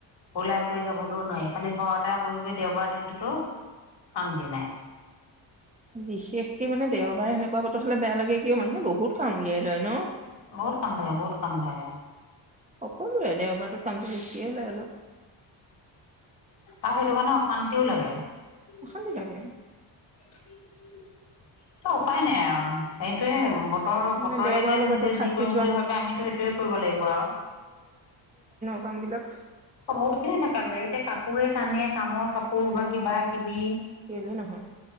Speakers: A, on the left; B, on the right.
A: ওলাই কৰি যাব কোনো নোৱাৰি খালি ঘৰতে বহি বহি দেওবাৰ দিনটোতো শান্তি নাই।
B: বিশেষকে মানে দেওবাৰে এনেকোৱা বতৰ হলে বেয়া লাগে কিয় মানুহে বহুত কাম উলিয়াই লয় ন।
A: বহুত কাম থাকে বহুত কাম থাকে। অ।
B: সকলোৱে দেওবাৰটোত কামটো বেছিয়ে হয় অলপ।
A: আৰু সেইটো কাৰণেও অশান্তিও লাগে। ত
B: অশান্তি লাগে
A: উপায় নাই আৰু এইটোয়ে বতৰ বতৰে
B: মানে দেওবাৰলৈকে
A: এতিয়া নিজে
B: চব সাঁচি
A: যি কৰিম
B: থোৱা
A: বুলি ভাবে আমিতো সেইটোয়ে কৰিব লাগিব আৱ।
B: কামবিলাক।
A: বহুতখিনি থাকা যায় এতিয়া কাপ পোৰে। কানে কামৰ কাপোৰ বা কিবা। কীবি
B: গলেও নহয়